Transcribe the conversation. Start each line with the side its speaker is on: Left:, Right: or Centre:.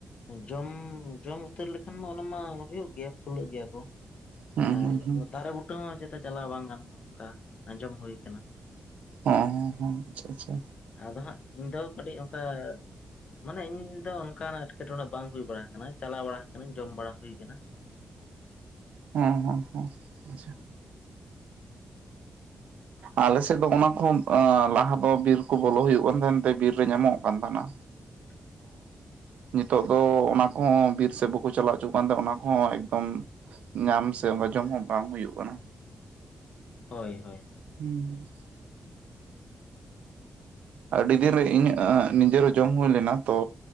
Left: ᱡᱚᱢ ᱡᱚᱢ ᱩᱛᱟᱹᱨ ᱞᱮᱠᱷᱟᱱ ᱢᱟ ᱚᱱᱟ ᱢᱟ ᱦᱩᱭᱩᱜ ᱜᱮᱭᱟ ᱯᱷᱩᱞᱟᱹᱜ ᱜᱮᱭᱟ ᱠᱚ᱾
Right: ᱦᱩᱸ
Left: ᱟᱨ
Right: ᱦᱩᱸ ᱦᱩᱸ
Left: ᱫᱟᱨᱮ ᱵᱩᱴᱟᱹ ᱦᱚᱸ ᱪᱛᱮ ᱪᱟᱞᱟᱣ ᱵᱟᱝ ᱜᱟᱱᱚᱜ ᱚᱱᱠᱟ, ᱟᱸᱡᱚᱢ ᱦᱩᱭ ᱠᱟᱱᱟ
Right: ᱦᱮᱸ ᱦᱮᱸ ᱦᱮᱸ ᱟᱪᱷᱟ ᱟᱪᱷᱟ
Left: ᱟᱫᱚ ᱦᱟᱸᱜ ᱤᱧ ᱫᱚ ᱠᱟᱹᱴᱤᱡ ᱚᱱᱠᱟ ᱢᱟᱱᱮ ᱤᱧ ᱫᱚ ᱚᱱᱠᱟᱱᱟᱜ ᱮᱴᱠᱮᱴᱚᱬᱮ ᱵᱟᱝ ᱦᱩᱭ ᱵᱟᱲᱟ ᱟᱠᱟᱱᱟ ᱪᱟᱞᱟᱣ ᱵᱟᱲᱟ ᱟᱠᱟᱱᱟᱹᱧ ᱡᱚᱢ ᱵᱟᱲᱟ ᱦᱩᱭ ᱠᱟᱱᱟ᱾
Right: ᱦᱩᱸ ᱦᱩᱸ ᱦᱩᱸ ᱟᱪᱷᱟ
Left: <inaudible>
Right: ᱟᱞᱮ ᱥᱮᱫ ᱫᱚ ᱚᱱᱟ ᱠᱚ ᱞᱟᱦᱟ ᱫᱚ ᱵᱤᱨ ᱠᱚ ᱵᱚᱞᱚ ᱦᱩᱭᱩᱜ ᱠᱟᱱ ᱛᱟᱦᱮᱸᱱ ᱛᱮ ᱵᱤᱨ ᱨᱮ ᱧᱟᱢᱚᱜ ᱠᱟᱱ ᱛᱟᱦᱮᱱᱟ
Left: <inaudible>
Right: ᱱᱤᱛᱚᱜ ᱫᱚ ᱚᱱᱟ ᱠᱚᱦᱚᱸ ᱵᱤᱨ ᱥᱮᱫ ᱵᱟᱠᱚ ᱪᱟᱞᱟᱣ ᱦᱚᱪᱚ ᱠᱟᱱ ᱛᱟᱦᱮᱸ ᱚᱱᱟ ᱠᱚᱦᱚᱸ ᱮᱠᱫᱚᱢ ᱧᱟᱢ ᱥᱮ ᱚᱱᱠᱟ ᱡᱚᱢ ᱦᱚᱸ ᱵᱟᱝ ᱦᱩᱭᱩᱜ ᱠᱟᱱᱟ᱾
Left: ᱦᱳᱭ ᱦᱳᱭ ᱦᱳᱭ
Right: ᱦᱩᱸ ᱟᱹᱰᱤ ᱫᱤᱱ ᱨᱮ ᱤᱧᱟᱹᱜ ᱮᱸ ᱱᱤᱡᱟᱹᱨ ᱦᱚᱸ ᱡᱚᱢ ᱦᱩᱭ ᱞᱮᱱᱟ ᱛᱚ